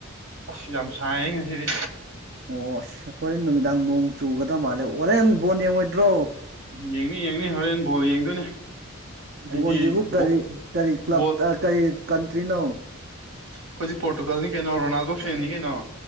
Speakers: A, on the right; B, on the right.
A: ꯑꯁ ꯌꯥꯝ ꯁꯥꯏꯌꯦ ꯉꯁꯤꯗꯤ
B: ꯑꯣ ꯑꯁ ꯍꯣꯔꯦꯟ ꯅꯨꯃꯤꯗꯥꯡ ꯅꯣꯡ ꯆꯨꯒꯗꯕ ꯃꯥꯜꯂꯦ ꯍꯣꯔꯦꯟ ꯕꯣꯟ ꯌꯦꯡꯉꯣꯏꯗ꯭ꯔꯣ
A: ꯌꯦꯡꯅꯤ ꯌꯦꯡꯅꯤ ꯍꯣꯔꯦꯟ ꯕꯣꯜ ꯌꯦꯡꯗꯣꯏꯅꯦ ꯑꯩꯗꯤ
B: ꯕꯣꯟꯁꯤꯕꯨ
A: ꯕꯣ
B: ꯀꯔꯤ ꯀꯔꯤ ꯀ꯭ꯂꯕꯇ
A: ꯕꯣꯜ
B: ꯀꯔꯤ ꯀꯟꯇ꯭ꯔꯤꯅꯣ
A: ꯑꯩꯈꯣꯏꯗꯤ ꯄꯣꯔꯇꯨꯒꯜꯅꯤ ꯀꯩꯅꯣ ꯔꯣꯅꯥꯜꯗꯣ ꯐꯦꯟꯅꯤ ꯀꯩꯅꯣ